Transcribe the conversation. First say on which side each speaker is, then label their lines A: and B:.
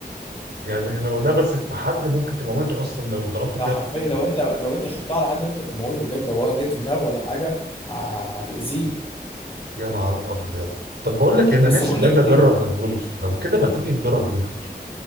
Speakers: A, on the right; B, on the left.
A: يعني لو لبست في حد ممكن تموته أصلا لو ضربت فيها
B: ده حرفيا
A: بالمضرب.
B: لو انت لو انت شطها على حد ممكن تموته بجد لو هو جيت في دماغه ولا حاجه ه- هتأذيه
A: يا نهار ابيض طب بقول لك إيه، انا
B: بس
A: نفسي
B: بقول
A: بجد
B: لك
A: اجرب
B: ايه
A: الجولف لو كده ما تيجي نجرب جولف